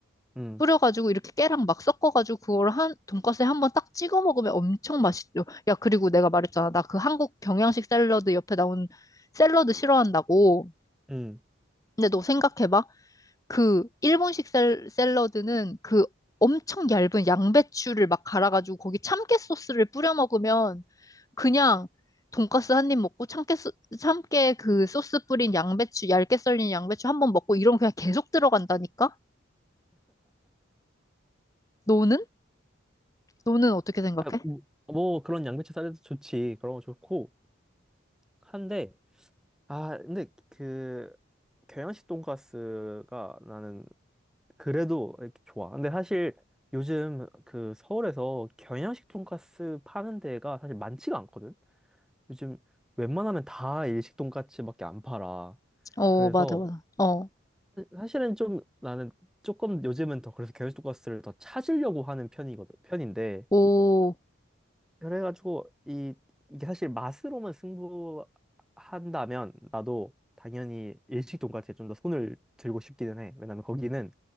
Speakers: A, in the centre; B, on the left.
A: 음,
B: 뿌려가지고 이렇게 깨랑 막 섞어가지고 그걸 한 돈가스에 한 번 딱 찍어 먹으면 엄청 맛있죠. 야, 그리고 내가 말했잖아. 나 그 한국 경양식 샐러드 옆에 나온 샐러드 싫어한다고.
A: 음.
B: 근데 너 생각해봐. 그 일본식 샐, 샐러드는 그 엄청 얇은 양배추를 막 갈아가지고 거기 참깨 소스를 뿌려 먹으면 그냥 돈가스 한 입 먹고 참깨 소- 참깨 그 소스 뿌린 양배추 얇게 썰린 양배추 한 번 먹고 이런 그냥 계속 들어간다니까? 너는? 너는 어떻게 생각해?
A: 아, 우- 뭐, 그런 양배추 샐러드 좋지. 그런 거 좋고. 한데, 아, 근데 그, 경양식 돈가스가 나는 그래도 이렇게 좋아. 근데 사실 요즘 그 서울에서 경양식 돈가스 파는 데가 사실 많지가 않거든? 요즘 웬만하면 다 일식 돈가스밖에 안 팔아.
B: 어,
A: 그래서
B: 맞아, 맞아. 어,
A: 사, 실은좀 나는 조금 요즘은 더 그래서 게으르고가스를 더 찾으려고 하는 편이거든 편인데
B: 오,
A: 그래가지고 이 이게 사실 맛으로만 승부한다면 나도 당연히 일식 돈까스에 좀 더 손을 들고 싶기는 해 왜냐면 거기는